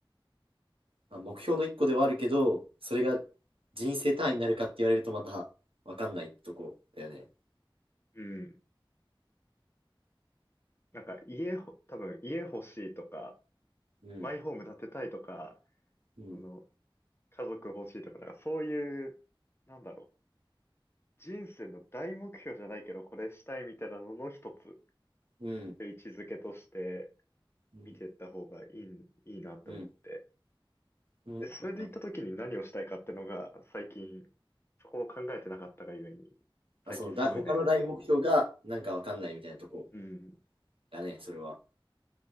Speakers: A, on the right; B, on the left.
A: まあ、目標の一個ではあるけど、それが人生単位になるかって言われるとまた分かんないとこだよね。
B: う。うん。なんか家ほ、多分家欲しいとか、
A: うん。
B: マイホーム建てたいとか、
A: うん。
B: その、家族欲しいとか、なんかそういう、なんだろう。人生の大目標じゃないけど、これしたいみたいなのの一つ、
A: うん。
B: 位置づけとして
A: うん。
B: 見ていった方がいい、いいなって思って。
A: うん。うん。
B: で、それで行った時に何をしたいかってのが、
A: なんか、
B: 最近、そこを考えてなかったがゆえに、
A: あ、
B: 最近すごい悩んでる。
A: そのだ、他の大目標がなんか分かんないみたいなとこ
B: うん。
A: だね、それは。